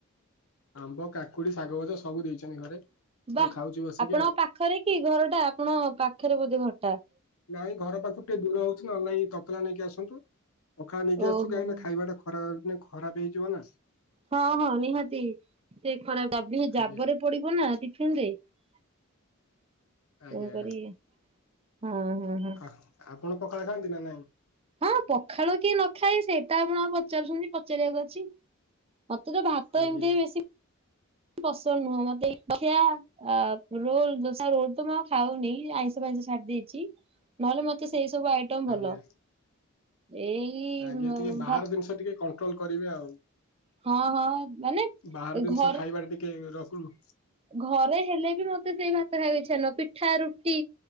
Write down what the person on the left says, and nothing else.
ଆମ୍ବ କାକୁଡି ଶାଗ ଭଜା ସବୁ ଦେଇଛନ୍ତି ଘରେ
ଆଉ ଖାଉଛୁ ବସିକି
ଆଉ।
ନାଇଁ ଘର ପାଖକୁ ଟିକେ ଦୂର ହଉଛିି ନହେଲେ ତତଲା ନେଇକି ଆସନ୍ତୁ ପଖାଳ ନେଇକି
ଆସୁ କାହିଁକି
ନା ଖାଇବାଟା- ଖରା ଦିନେ ଖରାପ ହେଇଯିବ ନା
ଆଜ୍ଞା
ଆଜ୍ଞା
ଆ ଆପଣ ପଖାଳ ଖାଆନ୍ତି ନା ନାଇଁ
ଆଜ୍ଞା।
ଆଜ୍ଞା
ଆଜ୍ଞା ଟିକେ ବାହାର
ଜିନିଷ ଟିକେ କଣ୍ଟ୍ରୋଲ କରିବେ ଆଉ।
ବାହାର ଜିନିଷ
ଖାଇବାରେ ଟିକେ ରଖନୁ